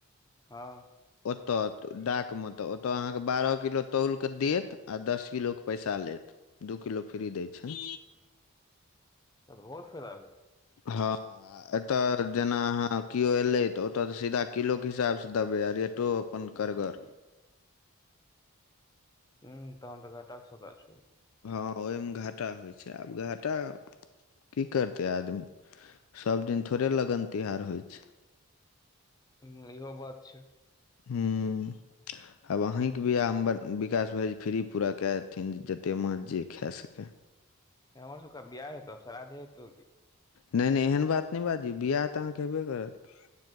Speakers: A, on the left (about 15°); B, on the left (about 70°).
A: हँ
B: ओतय डाकमे तऽ ओतय अहाँकेँ बारह किलो तौलकेऽ देत आ दस किलोके पैसा लेत ऽ दू किलो फ्री दै छै
A: तऽ बहुत फायदा भेटतै
B: हँ एतय जेना अहाँ केओ एयलै तऽ ओतय तऽ सीधा किलोके हिसाबसँ देबै आ रेटो अपन करगर
A: हुँ तहन तऽ घाटाक सोदा छय
B: हँ ओहिमे घाटा होइ छै आब घाटा की करतै आदमी सब दिन थोड़े लगन तिहार होइ छै
A: ह्म इहो बात छै
B: ह्म आब अहींके बियाहमे विकास भाइजी फ्री पूरा कए देथिन जतेक माछ जे खे सकए
A: हमर सबके आब बियाह हेतै आब शराधे हेतै की।
B: नहि नहि एहन बात नहि बाजी बियाह तऽ अहाँके हेबे करत